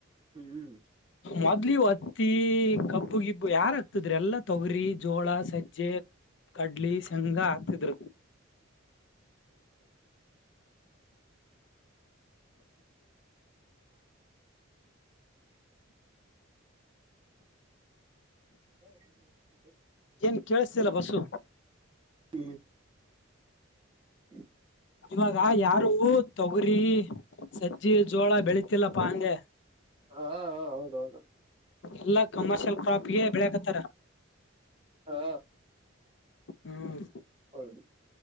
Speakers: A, on the right; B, on the left.
A: ಹ್ಮ್
B: ಮೊದ್ಲು ಇ ಈ ಹಗಿಯಾರಾಗಗ್ತದ್ರ ಎಲ್ಲಾ ತೌರಿ ಜೋಳ ಸಜ್ಜೆ ಕಡ್ಲಿ
A: ಹ್ಮ
B: ಶೇಂಗಾ ಹಾಕ್ತಿದ್ರು
A: ಹ್ಮ
B: ಏನ್ ಕೇಳಿಸತಿಲ್ಲ ಬಸು ಹ
A: ಹ್ಮ ಹ್ಮ
B: ಇವಾಗ ಯಾರು ಗುರಿ ಸಜ್ಜಿ ಜೋಳ ಬೆಳತಿಲ್ಲಪ್ಪ ಅಂದೆ
A: ಹಾ ಹೌದೌದು
B: ಎಲ್ಲಾ ಕಮರ್ಷಿಯಲ್ ಪ್ರಾಪ್ಗೆ ಬೆಳಕತ್ತಾರ
A: ಹಾ
B: ಹ್ಮ
A: ಹೌದು